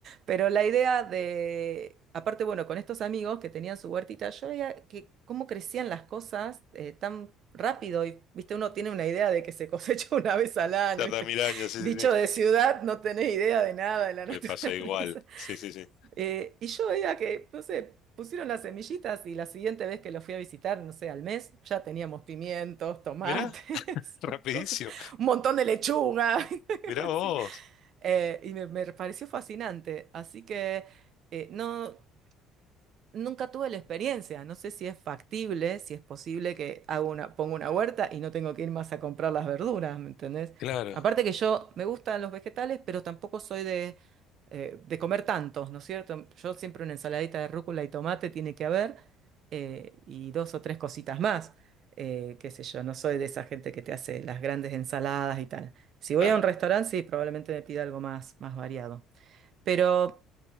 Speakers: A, on the right; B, on the left.
A: pero la idea de, aparte, bueno, con estos amigos que tenían su huertita, yo veía que cómo crecían las cosas eh, tan rápido y, viste, uno tiene una idea de que se cosecha <laughs> una vez al año,
B: Tarda
A: ¿viste?
B: mil años, sí,
A: Bicho
B: sí, sí.
A: de ciudad, no tenés idea de nada de la <laughs> naturaleza.
B: Me pasa igual. Sí, sí, sí.
A: Eh, y yo veía que, no sé, pusieron las semillitas y la siguiente vez que lo fui a visitar, no sé, al mes, ya teníamos pimientos, tomates,
B: Mira, <laughs>
A: <laughs>
B: rapidísimo.
A: cosas, un montón de lechuga. <laughs>
B: Mira
A: así.
B: vos.
A: Eh, y me, me pareció fascinante. Así que eh, no. Nunca tuve la experiencia, no sé si es factible, si es posible que haga una, ponga una huerta y no tengo que ir más a comprar las verduras, ¿me entendés?
B: Claro,
A: Aparte que yo me gustan los vegetales, pero tampoco soy de, eh, de comer tantos, ¿no es cierto? Yo siempre una ensaladita de rúcula y tomate tiene que haber, eh, y dos o tres cositas más, eh, qué sé yo, no soy de esa gente que te hace las grandes ensaladas y tal. Si
B: claro.
A: voy a un restaurante, sí, probablemente me pida algo más, más variado. Pero...